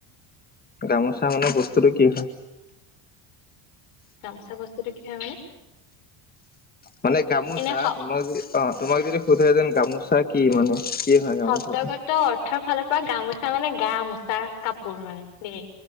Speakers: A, on the left; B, on the left.
A: গামোচা মানে বস্তুটো কি হয়?
B: গামোচা বস্তুটো কি হয় মানে?
A: মানে, গামোচা
B: এনে খাওক
A: তোমাক যদি, অ', তোমাক যদি সোধে দেন গামোচা কি মানে? কি হয় গামোচাটো
B: শব্দগত অৰ্থৰ ফালৰ তই গামোচা মানে গা মোচা কাপোৰ মানে দেই,